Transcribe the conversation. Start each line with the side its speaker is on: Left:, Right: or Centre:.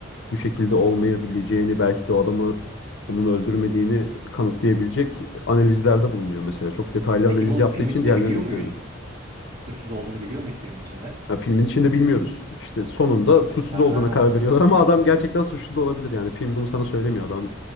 Left: bu şekilde olmayabileceğini belki de o adamı onun öldürmediğini kanıtlayabilecek analizlerde bulunuyor mesela. Çok detaylı
Right: Peki
Left: analiz
Right: bunu
Left: yaptığı
Right: film
Left: için
Right: içinde
Left: diğerlerine
Right: biliyor
Left: de ikna
Right: muyuz?
Left: ediyorum.
Right: Suçsuz olduğunu biliyor muyuz filmin içinde?
Left: Ya filmin içinde bilmiyoruz. İşte sonunda suçsuz
Right: Ha.
Left: olduğuna karar veriyorlar <laughs> ama adam gerçekten suçlu da olabilir yani. Film bunu sana söylemiyor. Adam